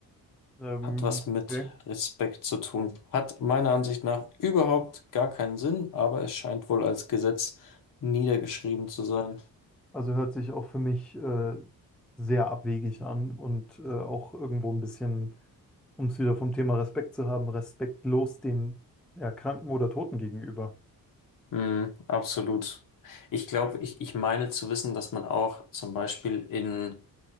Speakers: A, in the centre; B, on the left.
A: Ähm,
B: Hat was mit
A: okay.
B: Respekt zu tun. Hat meiner Ansicht nach überhaupt gar keinen Sinn, aber es scheint wohl als Gesetz niedergeschrieben zu sein.
A: Also hört sich auch für mich äh, sehr abwegig an und äh, auch irgendwo ein bisschen, um es wieder vom Thema Respekt zu haben, respektlos den Erkrankten oder Toten gegenüber.
B: Mm, absolut. Ich glaube, ich, ich meine zu wissen, dass man auch zum Beispiel in,